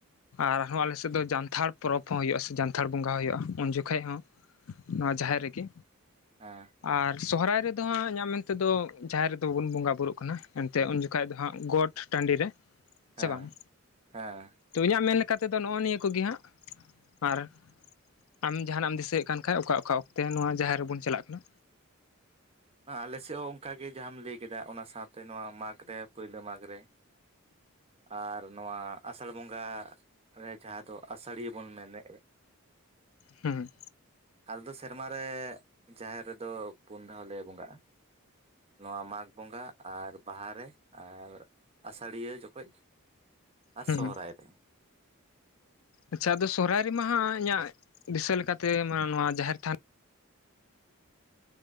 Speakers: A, on the left; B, on the right.
A: ᱟᱨᱦᱚᱸ ᱟᱞᱮᱥᱮᱫ ᱫᱚ ᱡᱟᱱᱛᱷᱟᱲ ᱯᱚᱨᱚᱵᱽ ᱦᱚᱸ ᱦᱩᱭᱩᱜᱼᱟ ᱥᱮ ᱡᱟᱱᱛᱷᱟᱲ ᱵᱚᱸᱜᱟ ᱦᱩᱭᱩᱜᱼᱟ ᱩᱱ ᱡᱚᱠᱷᱚᱱ ᱠᱷᱟᱹᱡ ᱦᱚᱸ ᱱᱚᱣᱟ ᱡᱟᱦᱮᱨ ᱨᱮᱜᱮ
B: ᱦᱮᱸ
A: ᱟᱨ ᱥᱚᱦᱚᱨᱟᱭ ᱨᱮᱫᱚ ᱦᱟᱸᱜ ᱤᱧᱟᱹᱜ ᱢᱮᱱᱛᱮ ᱫᱚ ᱡᱟᱦᱮᱨ ᱨᱮᱫᱚ ᱵᱟᱵᱚᱱ ᱵᱚᱸᱜᱟ ᱵᱩᱨᱩᱜ ᱠᱟᱱᱟ ᱮᱱᱛᱮᱫ ᱩᱱ ᱡᱚᱠᱷᱟᱹᱡ ᱫᱚ ᱦᱟᱸᱜ ᱜᱚᱴ ᱴᱟᱺᱰᱤ ᱨᱮ
B: ᱦᱮᱸ
A: ᱥᱮ ᱵᱟᱝ
B: ᱦᱮᱸ
A: ᱛᱚ ᱤᱧᱟᱹᱜ ᱢᱮᱱ ᱞᱮᱠᱟ ᱛᱮᱫᱚ ᱱᱚᱜᱼᱚ ᱱᱤᱭᱟᱹ ᱠᱚᱜᱮ ᱦᱟᱸᱜ ᱟᱨ ᱟᱢ ᱡᱟᱦᱟᱸᱱᱟᱜ ᱮᱢ ᱫᱤᱥᱟᱹᱭᱮᱫ ᱠᱟᱱ ᱠᱷᱟ ᱚᱠᱟ ᱚᱠᱟ ᱚᱠᱛᱮ ᱱᱚᱣᱟ ᱡᱟᱦᱮᱨ ᱨᱮᱵᱚᱱ ᱪᱟᱞᱟᱜ ᱠᱟᱱᱟ,
B: ᱟᱞᱮ ᱥᱮᱫ ᱦᱚᱸ ᱚᱱᱠᱟᱜ ᱜᱮ ᱡᱟᱦᱟᱸᱟᱢ ᱞᱟᱹᱭ ᱠᱮᱫᱟ ᱚᱱᱟ ᱥᱟᱶᱛᱮ ᱱᱚᱣᱟ ᱢᱟᱜᱽ ᱨᱮ ᱯᱳᱭᱞᱳ ᱢᱟᱜᱽ ᱨᱮ ᱟᱨ ᱱᱚᱣᱟ ᱟᱥᱟᱲ ᱵᱚᱸᱜᱟ ᱨᱮ ᱡᱟᱦᱟᱸ ᱫᱚ ᱟᱥᱟᱲᱤᱭᱟᱹ ᱵᱚᱱ ᱢᱮᱱᱮᱫᱼᱟ
A: ᱦᱮᱸ
B: ᱟᱞᱮ ᱫᱚ ᱥᱮᱨᱢᱟ ᱨᱮ ᱡᱟᱦᱮᱨ ᱨᱮᱫᱚ ᱯᱩᱱ ᱫᱷᱟᱣ ᱞᱮ ᱵᱚᱸᱜᱟᱜᱼᱟ ᱱᱚᱣᱟ ᱢᱟᱜᱽ ᱵᱚᱸᱜᱟ ᱟᱨ ᱵᱟᱦᱟᱨᱮ ᱟᱨ ᱟᱥᱟᱲᱤᱭᱟᱹ ᱡᱚᱠᱷᱚᱡ ᱟᱨ
A: ᱦᱩᱸ
B: ᱥᱚᱦᱨᱟᱭ ᱨᱮ
A: ᱟᱪᱪᱷᱟ ᱟᱫᱚ ᱥᱚᱦᱨᱟᱭ ᱨᱮ ᱢᱟᱦᱟᱸᱜ ᱤᱧᱟᱹᱜ ᱫᱤᱥᱟᱹ ᱞᱮᱠᱟᱛᱮ ᱱᱚᱣᱟ ᱡᱟᱦᱮᱨ ᱛᱷᱟᱱ